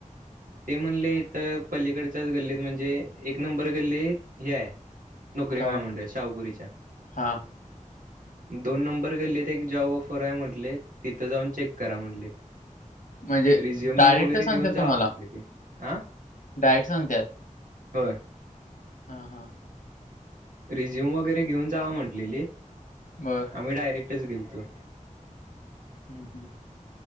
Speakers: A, on the right (about 85°); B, on the left (about 80°).
A: ते म्हणले इथं पलीकडच्याच गल्लीत म्हणजे एक नंबर गल्लीत हे आय नोकरी
B: काय
A: महामंडळ शाहुपुरीच्या
B: हा
A: दोन नंबर गल्लीत तर एक जॉब ऑफर हाय म्हटले तित जाऊन चेक करा म्हटले
B: म्हणजे
A: रिझ्युम
B: डायरेक्ट
A: वगैरे
B: सांगतात
A: घेऊन जावा
B: तुम्हाला
A: म्हटले ते आ
B: डायरेक्ट सांगतात
A: होय
B: हा, हा
A: रिझ्युम वगैरे घेऊन जावा म्हटलेलीत
B: बर
A: आम्ही डायरेक च गेल तो
B: ह, ह